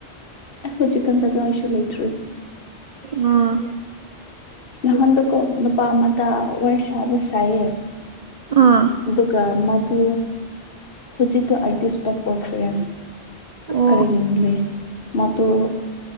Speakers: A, on the left; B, on the right.
A: ꯑꯩꯈꯣꯏ ꯆꯀꯟꯗ ꯑꯗꯨ <inaudible> ꯂꯩꯇ꯭ꯔꯣꯏ
B: ꯑꯥ
A: ꯅꯍꯥꯟꯗꯨꯀꯣ ꯅꯨꯄꯥ ꯑꯃꯗ ꯋꯥꯔꯤꯁꯕꯨ ꯁꯥꯏꯌꯦ
B: ꯑꯥ
A: ꯑꯗꯨꯒ ꯃ ꯇ ꯍꯧꯖꯤꯛꯇꯣ ꯑꯩꯗꯤ ꯏꯁꯇꯣꯞ ꯑꯣꯏꯈ꯭ꯔꯦ
B: ꯑꯣ
A: ꯀꯔꯤꯒꯤꯅ ꯂꯩ ꯃꯗꯨ